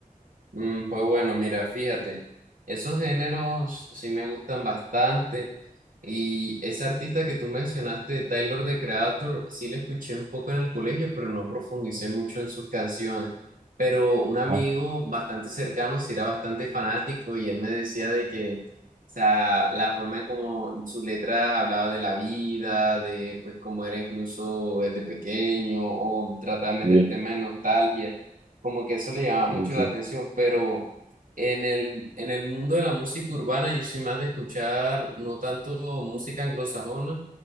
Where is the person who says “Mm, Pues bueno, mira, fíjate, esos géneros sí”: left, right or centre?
Right